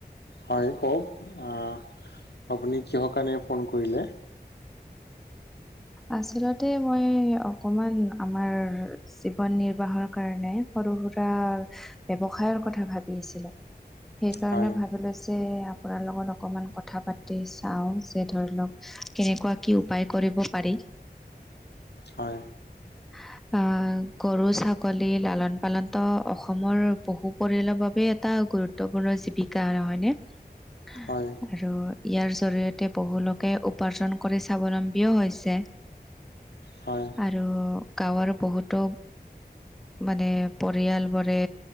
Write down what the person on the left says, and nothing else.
হয় কওক, আ আপুনি কিহৰ কাৰণে ফোন কৰিলে?
হয়
হয়।
হয়
হয়